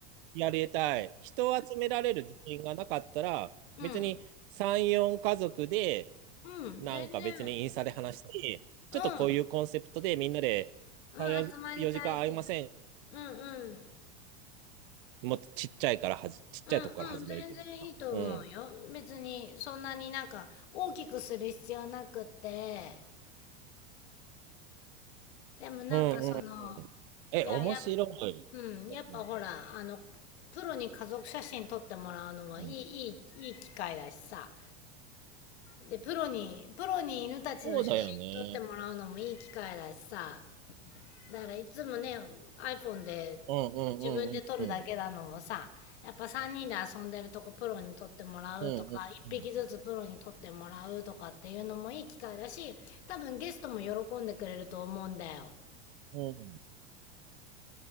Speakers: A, on the right (about 50°); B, on the left (about 75°).
A: やりたい。人を集められる自信がなかったら、
B: うん。
A: 別に3、4家族で、
B: うん。
A: なんか別にインスタで話して、
B: 全然。うん。
A: ちょっとこういうコンセプトでみんなで3、
B: うん。
A: 4
B: 集まりたいって。
A: 4時間会いません。
B: うんうん。
A: もっとちっちゃいからはじ、ちっちゃいとこから始めるっていうのかな。
B: うんうん、全然いいと思うよ。
A: うん。
B: 別にそんなになんか大きくする必要なくって、でもなんかその、
A: うんうんうん。え、
B: いや、
A: 面白い。
B: や、うん、やっぱほら、
A: うん
B: あの、プロに家族写真撮ってもらうのはいい、
A: うん、
B: いい、いい機会だしさ。で、プロに、プロに犬たちの写真撮ってもらうのもいい機会だしさ。
A: そうだよね。
B: だからいつもね、iPhone で
A: うんうんうんうんうん。
B: 自分で撮るだけなのをさ、やっぱ3人で遊んでるとこプロに撮ってもらうとか、
A: うんうんう
B: 1匹ずつプロに撮ってもらうとかっていうのもいい機会だし、多分ゲストも喜んでくれると思うんだよ。
A: ん。うん